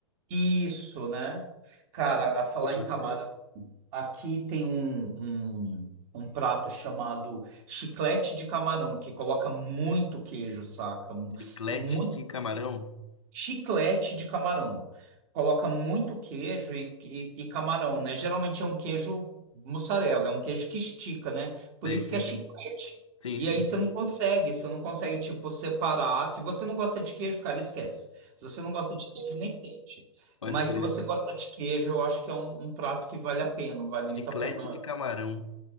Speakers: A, on the right; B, on the left.
A: Isso, né? Cara, a falar
B: Pô,
A: em
B: pode
A: camarão.
B: crer.
A: Aqui tem um, um, um prato chamado chiclete de camarão, que coloca muito queijo, saca? Mu-
B: Chiclete
A: É muito
B: de camarão?
A: Chiclete de camarão. Coloca muito queijo e, e- e camarão, né? Geralmente é um queijo mussarela, é um queijo que estica, né? Por
B: Sei,
A: isso
B: sei,
A: que é chiclete.
B: sei. Sim,
A: E
B: sim.
A: aí você não consegue, você não consegue, tipo, separar. Se você não gosta de queijo, cara, esquece. Se você não gosta de queijo, nem tente.
B: Pode
A: Mas
B: crer.
A: se você gosta de queijo, eu acho que é um, um prato que vale a pena, vale
B: Chiclete
A: muito a pena.
B: de camarão.